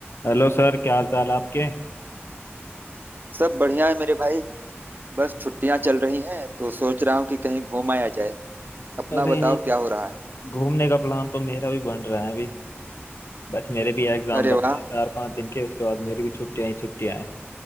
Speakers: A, on the left (about 70°); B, on the right (about 45°).
A: Hello sir क्या हाल चाल आपके
B: सब बढ़िया है मेरे भाई बस छुट्टियां चल रही हैं तो सोच रहा हूँ कि कहीं घूम आया जाए अपना
A: अरे
B: बताओ क्या हो रहा है
A: घूमने का प्लान तो मेरा भी बन रहा है अभी बस मेरे भी एग्जाम
B: अरे
A: बचे
B: वाह
A: हैं चार पांच दिन के उसके बाद मेरी भी छुट्टियां ही छुट्टियां हैं